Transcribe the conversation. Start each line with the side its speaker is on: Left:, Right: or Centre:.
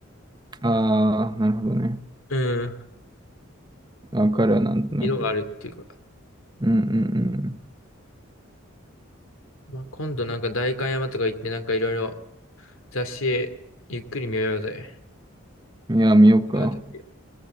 Right: ああ、なるほどね。
Left: うん。
Right: わかるわ、なんとなく。
Left: 色があるっていうか。
Right: うんうん
Left: まあ、今度なんか代官山とか行ってなんかいろいろ雑誌ゆっくり見ようぜ。
Right: うん。いや、見ようか。
Left: 会う時